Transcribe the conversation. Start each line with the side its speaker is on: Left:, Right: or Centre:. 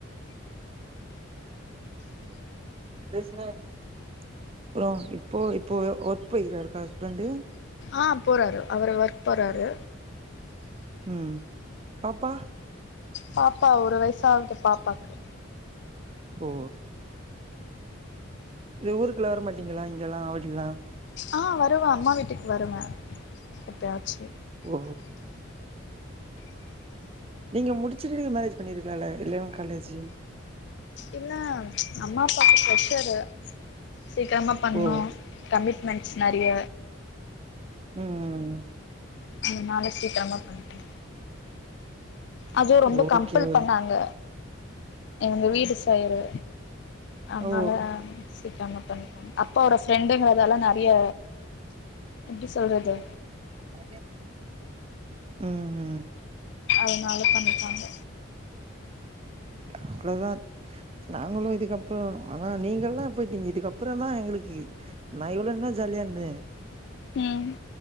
Right: பேசினே அப்றம் இப்போ இப்போ ஒர்க் போயிருக் காறா ஹஸ்பண்ட்டு
Left: ஆ போறாரு அவரு ஒர்க் போறாரு
Right: ம் பாப்பா
Left: பாப்பா ஒரு வயசாவ்து பாப்பாக்கு
Right: ஓ இது ஊருக்குலா வர மாட்டங்களா இங்கெல்லா ஆவடில்லா
Left: ஆ வருவே அம்மா வீட்டுக்கு வருவே எப்பயாச்சு
Right: ஓ நீங்க முடிச்சிட்டு மேரேஜ் பண்ணிருக்கலால <unintelligible> காலேஜ்
Left: இல்ல அம்மா அப்பாக்கு ப்ரெஷரு சீக்கிரமா பண்ணணு
Right: ஓ
Left: கமிட்மெண்ட்ஸ் நெறைய
Right: ம்
Left: அதனால சீக்கிரமாக பண்ட்டே அது ரொம்ப
Right: ஓகே
Left: கம்பள்
Right: ஓ
Left: பண்ணாங்க எங்க வீட்டு சயடு அதனால
Right: ஓ
Left: பேசிட்டாங்க பண்ணிட்டாங்க அப்பா ஓட ஃப்ரெண்டுங்கறதால நெறைய எப்டி சொல்றது
Right: அதே ம்
Left: அதனால பண்ணிட்டாங்க
Right: அவ்ளதா நாங்களும் இதுக்கப்புறோ ஆனா நீங்கல்லா போய்ட்டீங்க இதுக்கப்புற தா எங்களுக்கு நா இவ்ளோ நாள் ஜாலியாருந்தே
Left: ம்